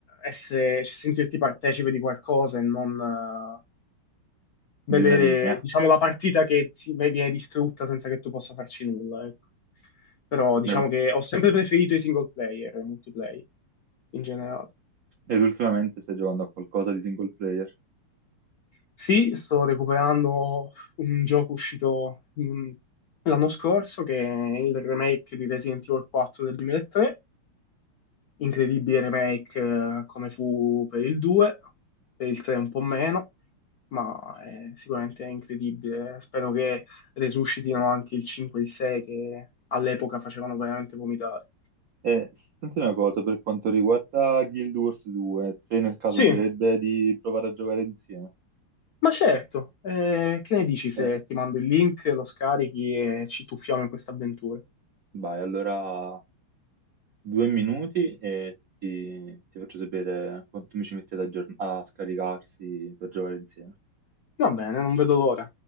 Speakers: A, on the left; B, on the right.
A: essere, sentirti partecipe di qualcosa e non eh, vedere,
B: Di una linea.
A: diciamo, la partita che si- viene distrutta senza che tu possa farci nulla, ecco. Però diciamo
B: Ecco.
A: che ho sempre preferito i single player e i multiplayer in generale.
B: Ed ultimamente stai giocando a qualcosa di single player?
A: Sì, sto recuperando un gioco uscito mm, l'anno scorso che è il remake di Resident Evil 4 del 2003 incredibile remake eh, come fu per il 2, per il 3 un po' meno, ma è sicuramente incredibile. Spero che resuscitino anche il 5 e il 6 che all'epoca facevano veramente vomitare.
B: Eh, senti una cosa, per quanto riguarda Guild Wars 2, te nel caso
A: Sì,
B: andrebbe di provare a giocare insieme?
A: ma certo, eh, che ne dici se
B: Eh,
A: ti mando il link, lo scarichi e ci tuffiamo in questa avventura?
B: vai, allora due minuti e ti, ti faccio sapere quanto mi ci mettete a, giorn- a scaricarsi per giocare insieme.
A: Va bene, non vedo l'ora.